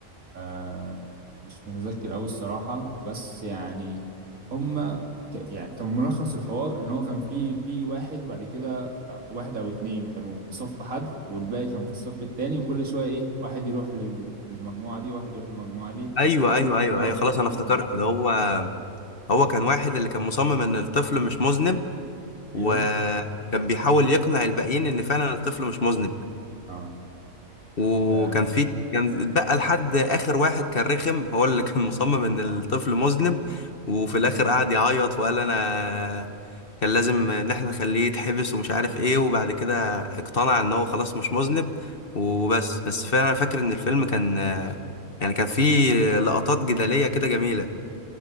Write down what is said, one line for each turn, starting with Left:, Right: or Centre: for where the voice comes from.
Right: آه مش متذكر أوي الصراحة بس يعني هما ك يعني كان ملخص الحوار إن هو كان في في واحد بعد كده آه، واحد أو اتنين كانوا في صف حد والباقي كان في الصف التاني وكل شوية إيه واحد يروح لل- للمجموعة دي واحد يروح للمجموعة دي
Left: ايوه
Right: لغاية
Left: ايوه
Right: ما كلهم
Left: ايوه ايوه خلاص
Right: لغاية
Left: انا افتكرت
Right: ما
Left: ده هو هو كان واحد اللي كان مصمم ان الطفل مش مذنب وكان
Right: أيوه
Left: بيحاول يقنع الباقيين ان فعلا الطفل مش مذنب
Right: آه.
Left: وكان
Right: آه،
Left: في كان اتبقى لحد اخر واحد كان رخم هو اللي كان مصمم ان الطفل مذنب وفي الاخر قعد يعيط وقال انا كان لازم ان احنا نخليه يتحبس ومش عارف ايه وبعد كده اقتنع ان هو خلاص مش مذنب وبس بس فعلا انا فاكر ان الفيلم كان يعني كان فيه لقطات جدالية كده جميلة